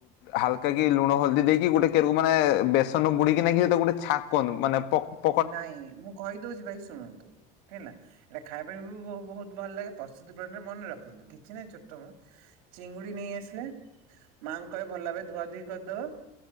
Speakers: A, on the left (about 65°); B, on the right (about 80°).
A: ହାଲକା କି ଲୁଣ ହଳଦୀ ଦେଇକି ଗୋଟେ କେରକୁ ମାନେ ବେସନ ବୁଡେଇକି ନେଇକି ସେଟାକୁ ଗୋଟେ ଛା କୁହନ୍ତୁ ମାନେ ପ
B: ନାଇଁ ମୁଁ କହିଦୋଉଚି ଭାଇ ଶୁଣନ୍ତୁ ହେଲା। ଏଇଟା ଖାଇବା ପାଇଁ ବି ବ ବୋହୁତ ଭଲ ଲାଗେ ପ୍ରସ୍ତୁତି ପ୍ରଣାଳୀଟା ମନେ ରଖନ୍ତୁ କିଛି ନାହିଁ ଛୋଟ ମ। ଚିଙ୍ଗୁଡି ନେଇ ଆସିଲେ ମାଆଙ୍କୁ କହିବ ଭଲ ଭାବେ ଧୁଆ ଧୁଇ କରିଦବ।